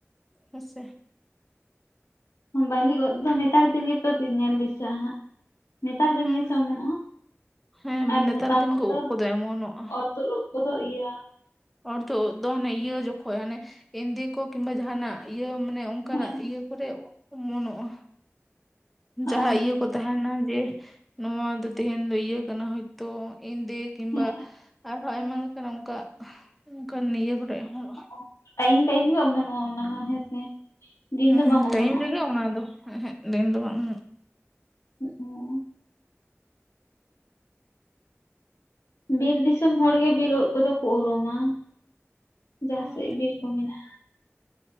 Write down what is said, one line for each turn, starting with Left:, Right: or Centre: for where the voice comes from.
Centre: ᱦᱮᱸ ᱥᱮ᱾
Left: ᱵᱟᱹᱞᱤ ᱩᱫ ᱫᱚ ᱱᱮᱛᱟᱨ ᱫᱤᱱ ᱜᱮᱛᱚ ᱧᱮᱞ ᱫᱤᱥᱟᱹᱜᱼᱟ ᱦᱟᱸᱜ᱾ ᱱᱮᱛᱟᱨ ᱫᱤᱱ
Centre: ᱦᱩᱸ
Left: ᱜᱮ ᱥᱮ ᱚᱢᱚᱱᱚᱜᱼᱟ?
Centre: ᱦᱮᱸ
Left: ᱟᱨ
Centre: ᱱᱮᱛᱟᱨ
Left: ᱢᱚᱛᱟᱢ
Centre: ᱫᱤᱱ
Left: ᱩᱫ
Centre: ᱠᱚ
Left: ᱫᱚ
Centre: ᱠᱚᱫᱚ ᱮᱢᱚᱱᱚᱜᱼᱟ
Left: ᱚᱨ ᱛᱩᱫ ᱛᱩᱫᱩᱜ ᱮᱭᱟ᱾
Centre: ᱚᱨᱛᱷᱚ ᱩᱫ ᱫᱚ ᱦᱟᱱᱮ ᱤᱭᱟᱹ ᱡᱚᱠᱷᱚᱱ ᱦᱟᱱᱮ ᱮᱸᱫᱮ ᱠᱚ ᱠᱤᱢᱵᱟ ᱡᱟᱦᱟᱱᱟᱜ ᱤᱭᱟᱹ ᱢᱟᱱᱮ ᱚᱱᱠᱟ
Left: ᱦᱮᱸ
Centre: ᱱᱟᱜ ᱤᱭᱟᱹ ᱠᱚᱨᱮ ᱚᱢᱚᱱᱚᱜᱼᱟ᱾
Left: ᱚ
Centre: ᱡᱟᱸᱦᱟᱸ ᱤᱭᱟᱹ ᱠᱚ ᱛᱟᱸᱦᱮᱱᱟ ᱡᱮ ᱱᱚᱣᱟ ᱫᱚ ᱛᱮᱦᱮᱧ ᱫᱚ ᱤᱭᱟᱹ ᱠᱟᱱᱟ ᱦᱚᱭ ᱛᱚ ᱤᱱᱫᱮᱸ ᱠᱤᱢᱵᱟ
Left: ᱦᱮᱸ
Centre: ᱟᱨ ᱟᱭᱢᱟ ᱞᱮᱠᱟᱱ, ᱚᱱᱠᱟ ᱚᱱᱠᱟᱱ ᱱᱤᱭᱟᱹ ᱠᱚᱨᱮ ᱦᱚᱸ
Left: ᱚ ᱴᱟᱭᱤᱢ ᱴᱟᱭᱤᱢ ᱜᱮ ᱚᱢᱚᱱᱚᱜᱼᱟ, ᱚᱱᱟ ᱦᱚᱸ ᱦᱮᱸᱥᱮ᱾ ᱫᱤᱱ
Centre: ᱦᱩᱸ
Left: ᱫᱚ ᱵᱟᱝ ᱚᱢᱚᱱᱚᱜᱼᱟ
Centre: ᱴᱟᱭᱤᱢ ᱨᱮᱜᱮ ᱚᱱᱟ ᱫᱚ ᱫᱤᱱ ᱫᱚ ᱵᱟᱝ?
Left: ᱚ ᱵᱤᱨ ᱫᱤᱥᱚᱢ ᱦᱚᱲ ᱜᱮ, ᱵᱤᱨ ᱩᱫ ᱠᱚᱫᱚ ᱠᱚ ᱩᱨᱩᱢᱟ, ᱡᱟᱸᱦᱟᱸ
Centre: ᱦᱩᱸ
Left: ᱥᱮᱫ ᱵᱤᱨ ᱠᱚ ᱢᱮᱱᱟᱜᱼᱟ᱾